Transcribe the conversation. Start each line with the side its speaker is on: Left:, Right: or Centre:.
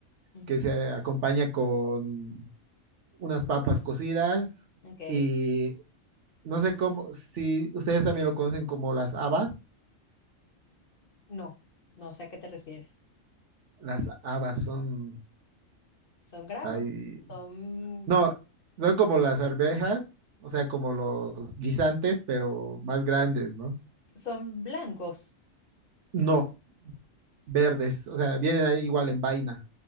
Left: Ujú,
Right: que se acompaña con unas papas cocidas
Left: ok.
Right: y no sé cómo, si ustedes también lo conocen como las habas,
Left: No, no sé a qué te refieres.
Right: las habas son,
Left: Son granos,
Right: ahí-
Left: son,
Right: no, son como las arvejas, o sea, como los guisantes, pero más grandes, ¿no?
Left: son blancos.
Right: No, verdes, o sea, vienen ahí igual en vaina,